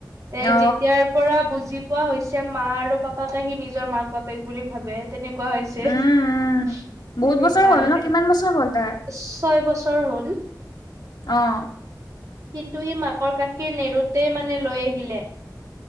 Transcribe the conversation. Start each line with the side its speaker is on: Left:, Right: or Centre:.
Right: এই,
Left: অ
Right: যেতিয়াৰ পৰা বুজি কোৱা হৈছে, মা আৰু পাপাকে সি, নিজৰ মাক বাপেক বুলি ভাবে, তেনেকুৱা হৈছে।
Left: উম উম
Right: সেইকাৰণে,
Left: বহুত বছৰ হ'ল ন কিমান বছৰ হ'ল তাৰ
Right: ছয় বছৰ হ'ল।
Left: অ'!
Right: কিন্তু, সি মাকৰ গাখীৰ নেৰোঁতেই মানে, লৈ আহিলে।